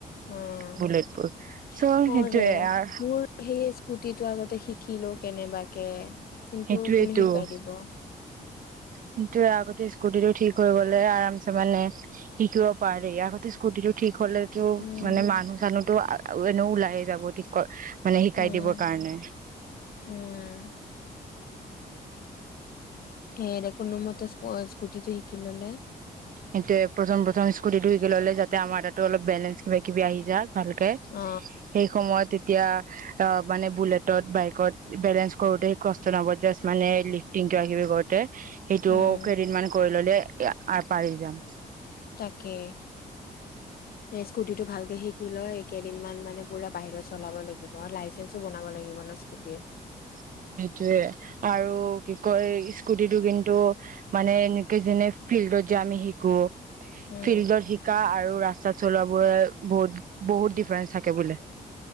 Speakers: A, on the left; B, on the right.
A: উম অ
B: বুলেটবোৰ চ' সেইটোয়ে
A: অৰে
B: আৰ
A: মোৰ সেই স্কুটিটো আগতে শি কিলো কেনেবাকে কিন্তু
B: সেইটোয়েতো
A: কোনে শিকাই দিব
B: কিন্তু আগতে স্কুটি টো ঠিক হৈ গ'লে আৰাম চে মানে শিকিব পাৰি আগতে স্কুটি টো ঠিক হলেতো
A: উম
B: মানে মানুহ চানুহতো আ আৰু এনেও ওলাইয়ে যাব ঠিক কৰ মানে শিকাই
A: উম
B: দিবৰ কাৰণে
A: উম সেইয়ে দে কোনোমতে স্কুটিটো শিকি ললে
B: সেইটোৱেপ্ৰথম প্ৰথম স্কুটি টোলে যাতে আমাৰ তাতো অলপ বেলেঞ্চ কিবা কিবি আহি যাক ভালকে
A: অ
B: সেই সময়ত এতিয়া অ মানে বুলেটত বাইকত বেলেঞ্চ কৰোতে স কষ্ট নাপ মানে লিফ্টিং কিবা কিবি কৰোতে সেইটোও
A: উম
B: কেইদিনমান কৰি ল'লে আৰ্ট পাৰি যাম
A: তাকে স্কুটিটো ভালকে শিকি লয় কেইদিনমান মানে পুৰা বাহিৰত চলাব লাগিব লাইচেঞ্চো বনাব লাগিব ন স্কুটিৰ
B: সেইটোয়ে আৰু কি কয় স্কুটিটো কিন্তু মানে এনেকে যেনে ফিল্ডত যে‌ আমি শিকো
A: উম
B: ফিল্ডত শিকা আৰু ৰাস্তা <unintelligible> চলোৱা বোৰে বহুত বহুত ডিফাৰেন্ঞ্চ থাকে বোলে।